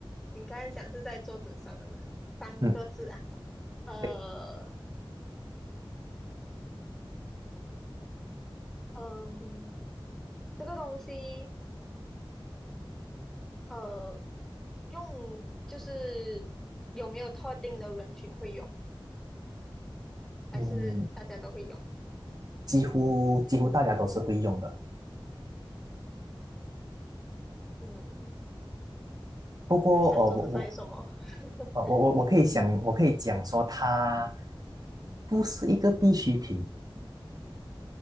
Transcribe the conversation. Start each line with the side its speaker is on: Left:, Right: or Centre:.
Centre: 你刚才讲是在桌子上的嘛？三个字啊，
Right: 嗯，
Centre: 呃，
Right: 对，
Centre: 嗯，这个东西，呃，用就是有没有特定的人群会用，还是大家都会用？
Right: 嗯，几乎几乎大家都是会用的。
Centre: 嗯，
Right: 不过，
Centre: 在想桌子上有什么？
Right: 哦，我我
Centre: <laughs>
Right: 呃我我我可以想，我可以讲说它不是一个必需品。